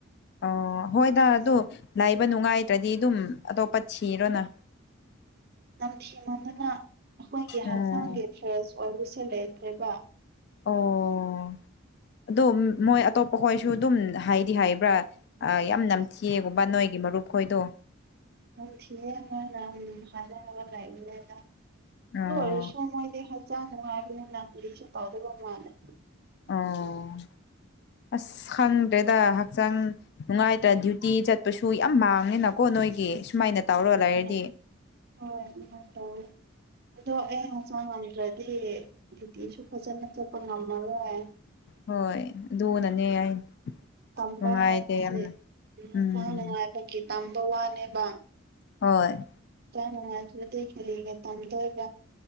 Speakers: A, on the left; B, on the right.
A: ꯑꯣ ꯍꯣꯏꯗ ꯑꯗꯨ ꯂꯥꯏꯕ ꯅꯨꯡꯉꯥꯏꯇ꯭ꯔꯗꯤ ꯑꯗꯨꯝ ꯑꯇꯣꯞꯄ ꯊꯤꯔꯣꯅ <inaudible>
B: ꯅꯝꯊꯤꯃꯟꯗꯅ ꯑꯩꯈꯣꯏꯒꯤ
A: ꯎꯝ
B: ꯍꯛꯆꯥꯡꯒꯤ ꯐ꯭ꯔꯦꯁ ꯑꯣꯏꯕꯁꯦ ꯂꯩꯇ꯭ꯔꯦꯕ
A: ꯑꯣ ꯑꯗꯨ ꯃꯣꯏ ꯑꯇꯣꯞꯄ ꯈꯣꯏꯁꯨ ꯑꯗꯨꯝ ꯍꯥꯏꯗꯤ ꯍꯥꯏꯕ꯭ꯔ ꯌꯥꯝ ꯅꯝꯊꯤꯑꯦꯒꯨꯝꯕ ꯅꯣꯏꯒꯤ ꯃꯔꯨꯞ ꯈꯣꯏꯗꯣ
B: ꯅꯝꯊꯤꯑꯦ ꯃꯣꯏꯅ ꯍꯥꯏꯔ ꯍꯥꯏꯔ ꯂꯩꯕꯅꯦꯗ ꯑꯗꯨꯑꯣꯏꯔꯁꯨ
A: ꯑꯣ
B: ꯃꯣꯏꯗꯤ ꯍꯛꯆꯥꯡ ꯅꯨꯉꯥꯏꯕꯅꯤꯅ ꯀꯔꯤꯁꯨ ꯇꯧꯗꯕ ꯃꯥꯜꯂꯦ
A: ꯑꯣ ꯑꯁ ꯈꯪꯗ꯭ꯔꯦꯗ ꯍꯛꯆꯥꯡ ꯅꯨꯡꯉꯥꯏꯇ꯭ꯔ ꯗ꯭ꯌꯨꯇꯤ ꯆꯠꯄꯁꯨ ꯌꯥꯝ ꯃꯥꯡꯉꯦꯅꯀꯣ ꯅꯣꯏꯒꯤ ꯑꯦ ꯁꯨꯃꯥꯏꯅ ꯇꯧꯔꯒ ꯂꯩꯔꯗꯤ
B: <unintelligible> ꯍꯣꯏ ꯑꯗꯨꯃꯥꯏ ꯇꯧꯋꯦ ꯑꯗꯣ ꯑꯩ ꯍꯛꯆꯥꯡ ꯃꯝꯗ꯭ꯔꯗꯤ ꯗ꯭ꯌꯨꯇꯤꯖꯨ ꯐꯖꯅ ꯆꯠꯄ ꯉꯝꯃꯔꯣꯏ
A: ꯍꯣꯏ ꯑꯗꯨꯅꯅꯦ ꯑꯩ
B: ꯇꯝꯕ
A: ꯅꯨꯡꯉꯥꯏꯇꯦ
B: ꯍꯥꯏꯕꯁꯦ
A: ꯌꯥꯝꯅ
B: ꯍꯛꯆꯥꯡ
A: ꯎꯝ
B: ꯅꯨꯡꯉꯥꯏꯕꯒꯤ ꯇꯝꯕ ꯋꯥꯅꯦꯕ
A: ꯍꯣꯏ
B: ꯍꯛꯆꯥꯡ ꯅꯨꯉꯥꯏꯇ꯭ꯔꯗꯤ ꯀꯔꯤꯒꯤ ꯇꯝꯗꯣꯏ